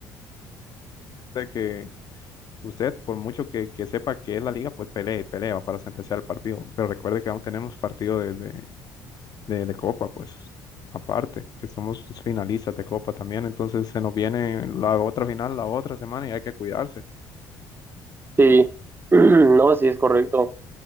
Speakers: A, on the left (about 45°); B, on the right (about 25°).
A: que usted, por mucho que, que sepa que es la liga, pues pelea y pelea para sentenciar el partido, pero recuerde que aún tenemos partido de, de, de, de Copa, pues aparte, que somos finalistas de Copa también, entonces se nos viene la otra final la otra semana y hay que cuidarse.
B: Sí, <clears throat> no, sí es correcto.